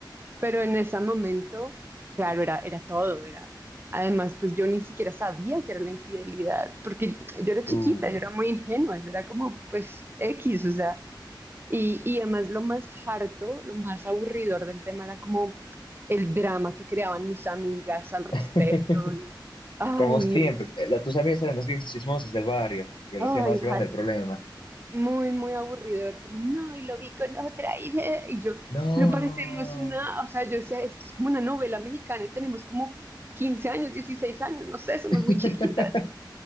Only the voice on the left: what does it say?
Tú,
<laughs>
como siempre,
eh, la- tus amigas eran los viejos chismosos del barrio, que
lo hacía más
grande el problema.
No.
<laughs>